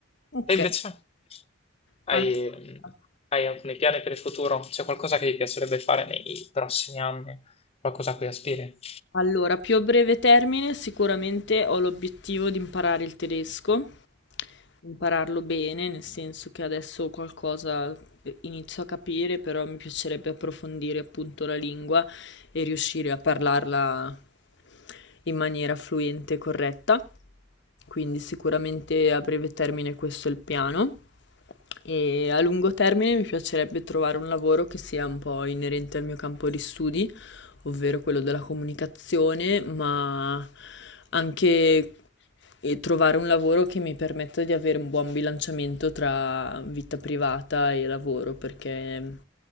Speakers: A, on the left (about 55°); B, on the left (about 30°).
A: Ok.
B: E invece?
A: Allora.
B: Hai, mh, hai alcuni piani per il futuro? C'è qualcosa che ti piacerebbe fare nei prossimi anni? Qualcosa a cui aspiri?
A: Allora, più a breve termine sicuramente ho l'obiettivo di imparare il tedesco, impararlo bene, nel senso che adesso qualcosa eh, inizio a capire, però mi piacerebbe approfondire appunto la lingua e riuscire a parlarla in maniera fluente e corretta. Quindi sicuramente a breve termine questo è il piano. E a lungo termine mi piacerebbe trovare un lavoro che sia un po' inerente al mio campo di studi ovvero quello della comunicazione, ma anche eh, trovare un lavoro che mi permetta di avere un buon bilanciamento tra vita privata e lavoro, perché